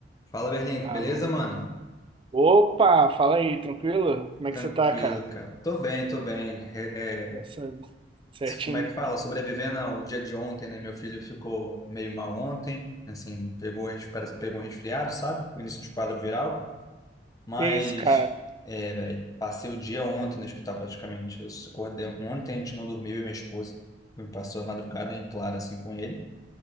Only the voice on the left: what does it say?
Fala, Berlink,
beleza, mano?
Tranquilo,
cara. Tô bem, tô bem. É,
é,
como é que fala? Sobrevivendo ao dia de ontem, né? Meu filho ficou meio mal ontem, assim, pegou, res- parece que pegou um resfriado, sabe? O início de quadro viral. Mas,
é, velho, passei o dia ontem no hospital praticamente. Eu só acordei ontem, a gente não dormiu, eu e minha esposa. Me Passou a madrugada em claro, assim, com ele.